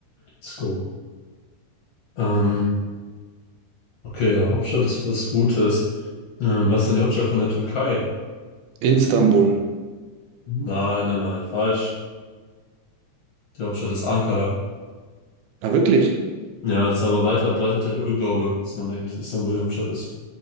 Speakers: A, on the left; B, on the right.
A: Let's go. Ähm, okay, ja, Hauptstadt ist was Gutes. Ähm, was ist denn die Hauptstadt von der Türkei?
B: Istanbul.
A: Nein, nein, nein, falsch. Die Hauptstadt ist Ankara.
B: Ja, wirklich?
A: Ja, das ist aber weit verbreiteter Irrglaube, dass man denkt, Istanbul die Hauptstadt ist.